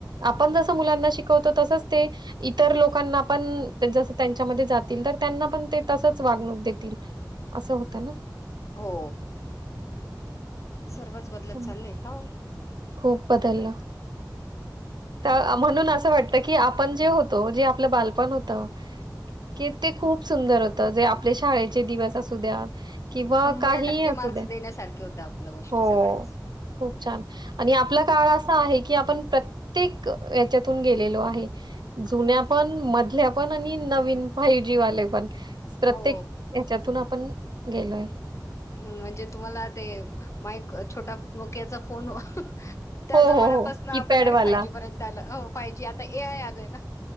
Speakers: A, on the right; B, on the left.
A: आपण जसं मुलांना शिकवतो तसंच ते इतर लोकांना पण जस त्यांच्यामध्ये जातील तर त्यांना पण ते तसचे वागणूक देतील असं होतं ना
B: हो सर्वच बदलत
A: हं.
B: चाललय का ओ
A: खूप बदललं. तर म्हणून असं वाटत की आपण जे होतो जे आपलं बालपण होतं की ते खूप सुंदर होत जे आपले शाळेचे
B: खू
A: दिवस असू द्या किंवा
B: शंभर
A: काही
B: टक्के
A: असू
B: मार्क्स
A: द्या
B: देण्यासारखे होत्या आपल्या गोष्टी
A: हो
B: सगळ्याच.
A: <unintelligible> खूप छान आणि आपला काळ असा आहे की आपण प्रत्येक याच्यातून गेलेलो आहे जुन्या
B: हो
A: पण मधल्या नवीन फायजीवाले पण प्रत्येकच्यात
B: हो.
A: पण गेलोय
B: हम् म्हणजे तुम्हाला ते माईक छोटा नोक्याचा फोन ोन त्या
A: हो,
B: जमान्यापासून
A: हो, हो.
B: आपण
A: कीपॅडवाला.
B: डायरेक्ट फाय जी पर्यंत आलं फायजीआता ए आय आलंय ना